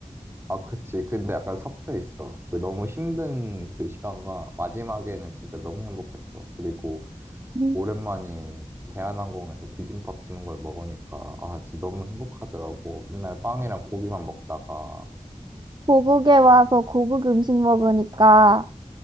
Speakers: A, on the right (about 20°); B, on the right (about 35°).
A: 아 그치. 근데 약간 섞여 있어. 그 너무 힘든 그 시간과 마지막에는 진짜 너무 행복했어. 그리고
B: 음.
A: 오랜만에 대한항공에서 비빔밥 주는 걸 먹으니까 아 진짜 너무 행복하더라고. 맨날 빵이랑 고기만 먹다가
B: 고국에 와서 고국 음식 먹으니까,